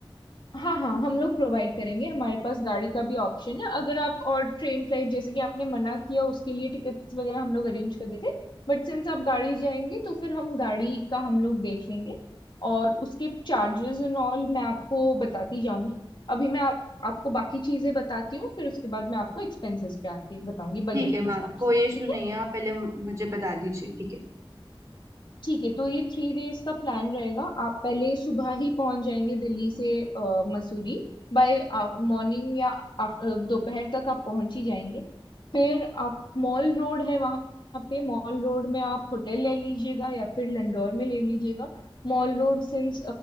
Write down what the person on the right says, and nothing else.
ठीक
है
मैम
कोई इशू
नहीं
है आप पहले मु- मुझे बता दीजिए ठीक है